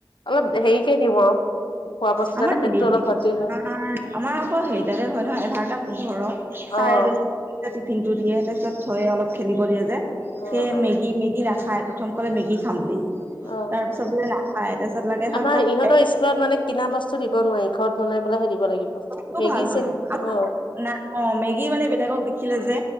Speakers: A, on the left; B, on the right.
A: অলপ হেৰিকে দিওঁ আৰু খোৱা বস্তু
B: আমাৰ
A: যাতে
B: হেৰি
A: পেটটো অলপ ভৰ্তি হয়
B: আমাৰ আমাৰ আকৌ হেৰিততে হয় নহয় এঘাৰটা পোন্ধৰত
A: অ',
B: চাৰে দ টিফিন টো দিয়ে তাৰপিছত থৈ অলপ খেলিব দিয়ে যে
A: অ',
B: সেই
A: অ',
B: মেগি মেগি নাখায় প্ৰথম কলে মেগি খাম বুলি তাৰ
A: অ',
B: পিছত বোলে নাখায় তাৰপিছত লাগে হ
A: আমাৰ
B: তাক
A: <unintelligible> মানে কিনা বস্তু দিব নোৱাৰি ঘৰত বনাই পেলাইহে দিব লাগিব
B: টো
A: মেগী
B: ভাল নহলে
A: চেগি অ',
B: নাই অ মেগী মানে বেলেগক দেখিলে যে